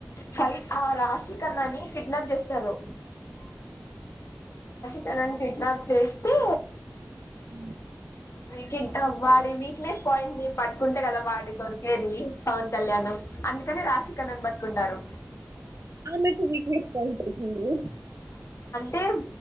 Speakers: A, on the left (about 55°); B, on the right (about 70°).
A: ఫైట్ ఆ రాశిఖన్నాని కిడ్నాప్ చేస్తారు. తనని కిడ్నాప్ చేస్ తే
B: ఆ
A: కిడ్నాప్ వాడి వీక్నెస్ పాయింట్ ని పట్టుకుంటే కదా వాడి దొరికేది పవన్ కళ్యాణ్ ను అందుకని రాశిఖన్నా ను బట్ కుంటారు
B: ఆమెకు వీక్నెస్ పాయింట్ అయితుంది
A: టేం